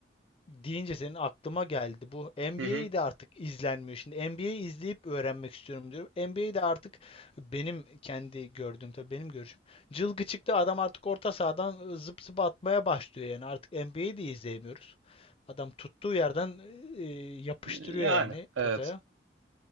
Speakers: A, on the left; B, on the right.
A: deyince senin aklıma geldi. Bu NBA'yi
B: Hı hı.
A: de artık izlenmiyor. Şimdi NBA'yi izleyip öğrenmek istiyorum diyorum. NBA'de artık benim kendi gördüğüm tabii benim görüşüm. Cılgı çıktı adam artık orta sahadan ıı, zıp zıp atmaya başlıyor yani. Artık NBA'yi de izleyemiyoruz. Adam tuttuğu yerden e, yapıştırıyor
B: Yani
A: yani
B: evet.
A: potaya.